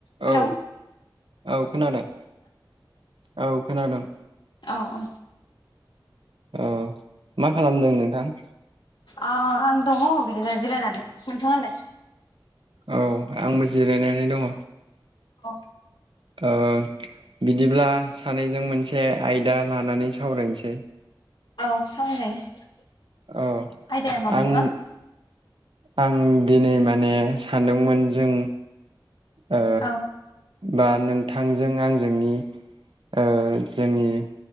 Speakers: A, on the left; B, on the right.
A: हेलौ
B: औ औ खोनादों। औ खोनादों।
A: अ अ
B: औ मा खालामदों नोंथां?
A: अ आं दङ बिदिनो जिरायनानै नोंथाङालाय?
B: औ आंबो जिरायनानै दङ।
A: औ
B: ओ बिदिब्ला सानैजों मोनसे आयदा लानानै सावरायनोसै।
A: औ सावरायजायो
B: औ
A: आयदाया मामोनबा?
B: आं आं दिनै माने सानदोंमोन जों ओ
A: औ
B: बा नोंथांजों आंजोंनि ओ जोंनि